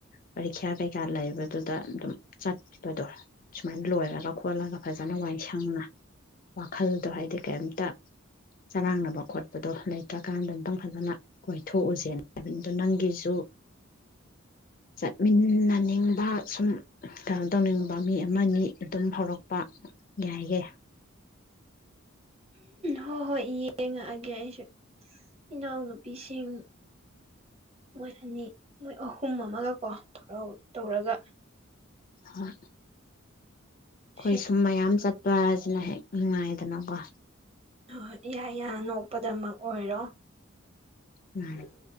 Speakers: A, on the left; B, on the right.
A: ꯄꯔꯤꯈ꯭ꯌꯥ ꯀꯩꯀꯥ ꯂꯩꯕꯗꯨꯗ ꯑꯗꯨꯝ ꯆꯠꯄꯗꯣ ꯁꯨꯃꯥꯏꯅ ꯂꯣꯏꯔꯒ ꯈꯣꯠꯂꯒ ꯐꯖꯅ ꯋꯥꯏꯁꯪꯅ ꯋꯥꯈꯜꯗꯣ ꯍꯥꯏꯗꯤ ꯀꯩꯝꯇ ꯆꯔꯥꯡꯅꯕ ꯈꯣꯠꯄꯗꯣ ꯂꯩꯇ꯭ꯔꯀꯥꯟꯗ ꯑꯝꯇꯪ ꯐꯖꯅ ꯀꯣꯏꯊꯣꯛꯎꯁꯦꯅ ꯍꯥꯏꯕꯅꯤꯗꯣ ꯅꯪꯒꯤꯁꯨ ꯆꯠꯃꯤꯟꯅꯅꯤꯡꯕ ꯁꯨꯝ ꯀꯩꯅꯣ ꯇꯧꯅꯤꯡꯕ ꯃꯤ ꯑꯃꯅꯤ ꯑꯗꯨꯝ ꯍꯧꯔꯛꯄ ꯌꯥꯏꯌꯦ
B: ꯍꯣꯏ ꯍꯣꯏ ꯌꯦꯡꯉꯛꯑꯒꯦ ꯑꯩꯁꯨ ꯏꯅꯥꯎꯅꯨꯄꯤꯁꯤꯡ ꯃꯣꯏ ꯑꯅꯤ ꯃꯣꯏ ꯑꯍꯨꯝ ꯑꯃꯒꯀꯣ ꯊꯧꯔ ꯇꯧꯔꯒ
A: ꯍꯣꯏ ꯈꯣꯏ
B: ꯍꯦꯛ
A: ꯁꯨꯝꯃꯌꯥꯝ ꯌꯥꯝ ꯆꯠꯄꯗꯣ ꯄꯥꯖ ꯂ ꯍꯦ ꯎꯅꯨꯡꯉꯥꯏꯗꯅꯀꯣ
B: ꯍꯣꯏ ꯍꯣꯏ ꯌꯥ ꯌꯥ ꯅꯣꯛꯄꯗꯃꯛ ꯑꯣꯏꯔꯣ
A: ꯎꯝ